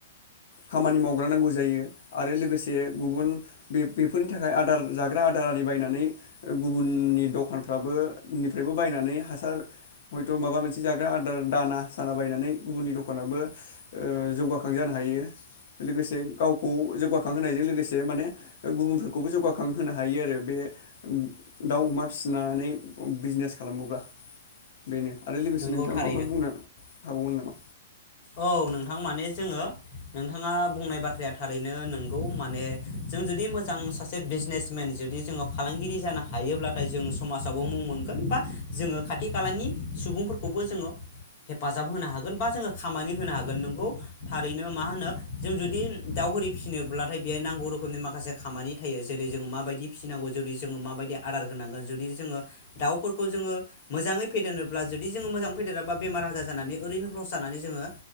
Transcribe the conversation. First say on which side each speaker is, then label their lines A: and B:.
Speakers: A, on the left (about 55°); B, on the left (about 40°).
A: खामानि मावग्रा नांगौ जायो आरो लोगोसे गुबुन बे बेफोरनि थाखाय आदार जाग्रा आदार आरि बायनानै गुबुननि दखानफ्राबो निफ्रायबो बायनानै हासार हयथ' माबा मोनसे जाग्रा आदार दाना साना बायनानै गुबुननि दखानाबो जौगाखां जानो हायो लोगोसे गावखौ जौगाखां होनायजों लोगोसे माने गुबुनफोरखौबो जौगाखां होनोनो हायो आरो बे दाउ अमा फिसिनानै बिजनेस खालामोब्ला बेनो आरो लोगोसे
B: नंगौ
A: नोंथाङा
B: थारैनो
A: माबाफोर बुंनो हाबावगोन नामा?
B: औ नोंथां माने जोङो नोंथाङा बुंनाय बाथ्राया थारैनो नोंगौ माने जों जुदि मोजां सासे बिजनेसमेन जुदि जोङो फालांगिरि जानो हायोब्लाथाय जों समाजावबो मुं मोनगोन बा जोङो खाथि खालानि सुबुंफोरखौबो जोङो हेफाजाब होनो हागोन बा जोङो खामानि होनो हागोन नोंगौ थारैनो मा होनो जों जुदि दाउ हि फिसिनोब्लाथाय बे नांगौ रोखोमनि माखासे खामानि थायो जेरै जोङो माबायदि फिसिनांगौ जुदि जोङो माबायदि आदार होनांगोन जुदि जोङो दाउफोरखौ जोङो मोजाङै फेदेरोबब्ला जुदि जोङो मोजाङै फेदेराबा बेमार आजार जानानै ओरैनो लस जानानै जोङो